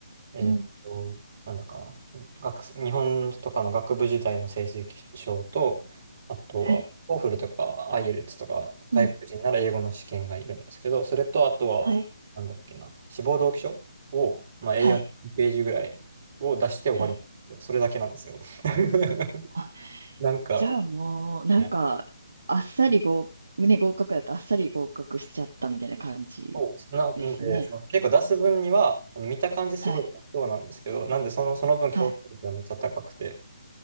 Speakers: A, on the right; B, on the right.
A: えーっと、
B: うん、
A: なんだかな、学、日本とかの学部時代の成績証と、あとは、
B: はい、
A: オーフルとか IELTS とか、外国人なら英語の試験がいるんですけど、
B: うん、
A: それとあとは、
B: はい、
A: なんだっけな、志望動機書を、まあ、a
B: はい、
A: 4ページぐらいを出して終わりなんですよ。
B: はい。
A: それだけなんですよ。<laughs>
B: あ、
A: なんか、
B: じゃあもう、なんか、
A: も
B: あっさり合、ね、合格だとあっさり合格しちゃったみたいな感じですね。
A: そう、なんで、その結構出す分には、あの見た感じすごいそうなんですけど、
B: はい、
A: なんでその、その分競争力がめっちゃ高くて、
B: はい。